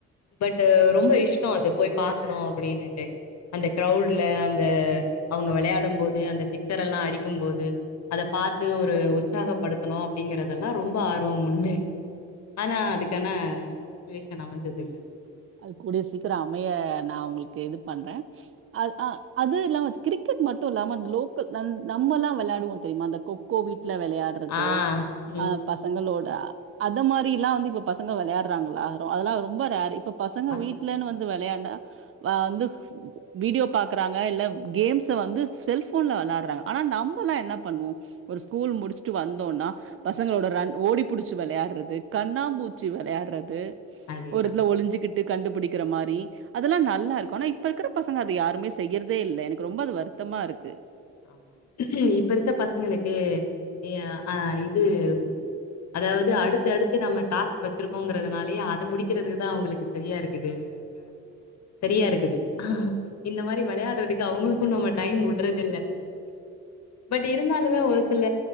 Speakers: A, on the left (about 60°); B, on the right (about 45°).
A: பட் ரொம்ப இஷ்டம் அது போய் பாக்கணு அப்டினீட்டு அந்த க்ரவுல்ல அந்த அவுங்க வெளயாடு போது அந்த சிக்சர் எல்லா அடிக்கு போது அத பாத்து ஒரு உற்சாகப்படுத்தணு அப்டிங்கிறதெல்லா ரொம்ப ஆர்வம் உண்டு ஆனா அதுக்கான சுச்சுவேஷன் அமைஞ்சது இல்ல
B: அது கூடிய சீக்கிர அமைய நா உங்ளுக்கு இது பண்றே அது அ அது எல்லா வச் கிரிக்கெட் மட்டு இல்லாம அந்த லோக்கல் நம் நம்மல்லா வெளாடுவோ தெரியுமா அந்த கொக்கோ வீட்ல வெளையாட் றது
A: ஆ ஓகே.
B: அ
A: ம்
B: பசங்களோட அத மாரில்லா வந்து இப்ப பசங்க வெளையாடுறாங்களா ஓ அதெல்லா ரொம்ப ரேரு இப்ப பசங்க
A: அது
B: வீட்லனு வந்து வெளையாண்டா வந்து வீடியோ பாக்குறாங்க இல்ல கேம்ஸ் வந்து செல்போன்ல வெளாடுறாங்க ஆனா நம்மளா என்ன பண்ணுவோ ஒரு ஸ்கூல் முடிச்சுட்டு வந்தோனா பசங்களோட ரன் ஓடிபுடிச்சு வெளையாடுறது கண்ணாபூச்சி வெளையாடுறது
A: அதேதா
B: ஒரு இடத்துல ஒளிஞ்சுகிட்டு கண்டுபிடிக்கிற மாரி அதெல்லா நல்லா இருக்கு ஆனா இப்ப இருக்கிற பசங்க அத யாருமே செய்யறதே இல்ல எனக்கு ரொம்ப அது வருத்தமா இருக்கு
A: ம் ஹூம் இப்ப இருக்க பசங்களுக்கு ஏ அ இது ம் அதாவது அடுத்து அடுத்து நம்ம டாஸ்க் வச்சிருக்கோங்கி றதுனாலயே அத முடிக்கிறது தா அவுங்களுக்கு சரியா இருக்குது இது அ சரியா இருக்குது இந்த மாரி வெளையாடுறதுக்கு அவுங்களுக்கு நம்ம டைம் வுடுறது இல்ல பட் இருந்தாலுமே ஒரு சில